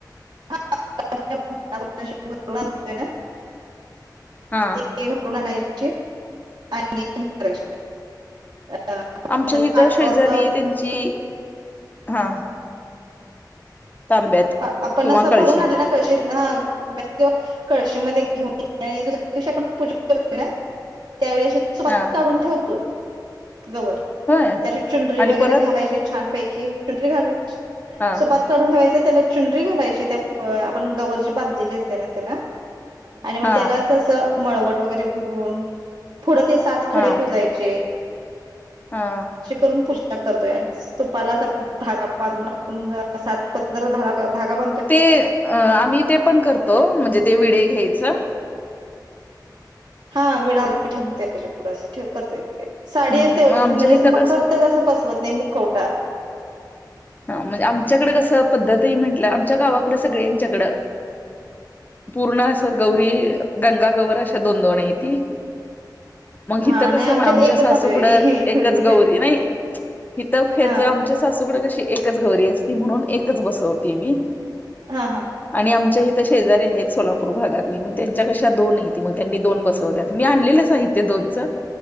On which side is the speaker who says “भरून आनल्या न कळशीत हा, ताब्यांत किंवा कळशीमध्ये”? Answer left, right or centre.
Right